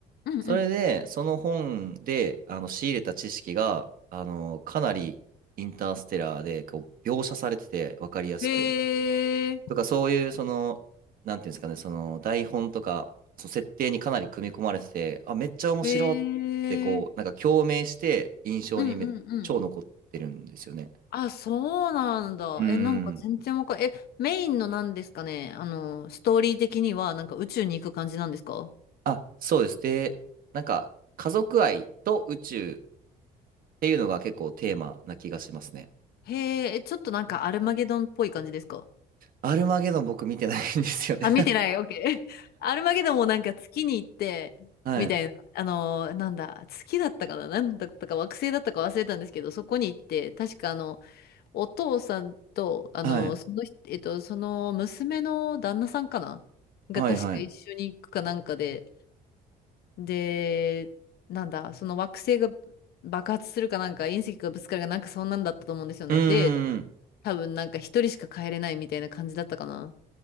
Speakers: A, on the left (about 70°); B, on the right (about 55°).
A: うんうん。
B: それで、その本で、あの、仕入れた知識が、あの、かなりインターステラーで、こう、描写されてて、わかりやすく。
A: へえ、
B: とか、そういう、その、なんていうんですかね、その、台本とか、その設定にかなり組み込まれてて、あ、めっちゃ面白って、
A: へえ。
B: こう、なんか共鳴して、印象にめっ超残ってるんですよね。
A: うんうんうん。あ、そうなんだ。
B: うー
A: え、なんか全然わかんえ、
B: ん。
A: メインのなんですかね。あの、ストーリー的にはなんか宇宙に行く感じなんですか
B: あ、そうです。で、なんか、家族愛と宇宙、っていうのが結構テーマな気がしますね。
A: へえ、えちょっとなんかアルマゲドンっぽい感じですか
B: アルマゲドン僕見てないんですよね
A: あ、見てない。オッケー。<laughs> アルマゲドンもなんか月に行って、
B: <laughs> はい。
A: みたいな。あのー、なんだ、月だったかななんだったか惑星だったか忘れたんですけど、そこに行って、確かあの、お父さんと、あの、
B: はい。
A: その人、えっと、その娘の旦那さんかなが確か一緒に行くかなんかで、
B: はい、はい。
A: で、なんだ、その惑星が爆発するかなんか、隕石がぶつかるかなんかそんなんだったと思うんですよね。
B: うーん。
A: で、多分なんか一人しか帰れないみたいな感じだったかな。